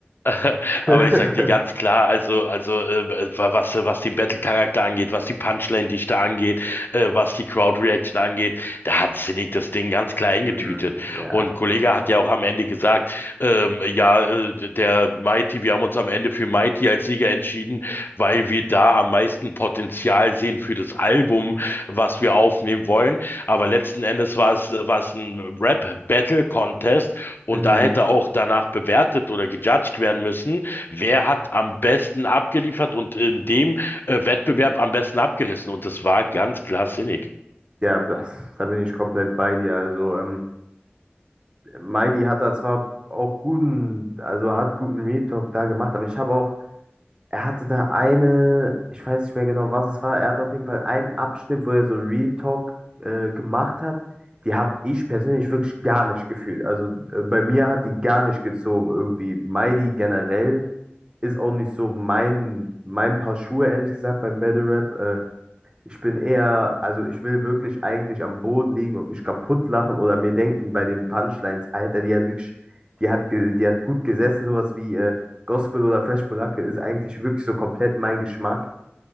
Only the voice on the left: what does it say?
<laughs>
aber ich sag dir ganz klar, also also ähm, äh, wa- was äh, was den Battle-Charakter angeht, was die Punchline-Dichte angeht, äh, was die Crowd-Reaction angeht, da hat Cynic das Ding ganz klar eingetütet.
Und Kollege hat ja auch am Ende gesagt, ähm, ja, äh, der Mighty, wir haben uns am Ende für Mighty Sieger entschieden, weil wir da am meisten Potenzial sehen für das Album, was wir aufnehmen wollen. Aber letzten Endes war es, war es ein Rap-Battle-Contest und
da hätte auch danach bewertet oder gejudged werden müssen, wer hat am besten abgeliefert und in dem äh, Wettbewerb am besten abgerissen. Und das war ganz klar sinnig.